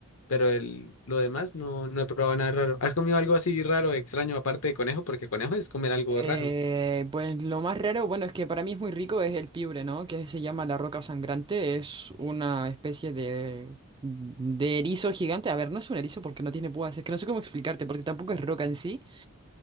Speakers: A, on the left; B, on the right.
A: pero el, lo demás no, no he probado nada raro. ¿Has comido algo así raro, extraño, aparte de conejo? Porque conejo es comer algo
B: Eh,
A: raro.
B: pues lo más raro, bueno, es que para mí es muy rico, es el piure, ¿no? Que se llama la roca sangrante. Es una especie de, de erizo gigante. A ver, no es un erizo porque no tiene púas. Es que no sé cómo explicarte, porque tampoco es roca en sí.